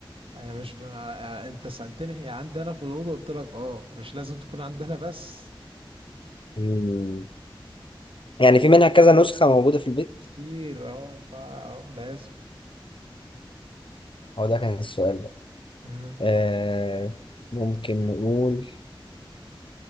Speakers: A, on the right; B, on the left.
A: آه، مش ب... آه، آه، انت سألتني هي عندنا في الأوضة قلت لك اه مش لازم تكون عندنا بس
B: مم. يعني في منها كذا نسخة موجودة في البيت
A: كتير اه ينفع اه لازم
B: هو ده كان السؤال ده
A: مم.
B: آه... ممكن نقول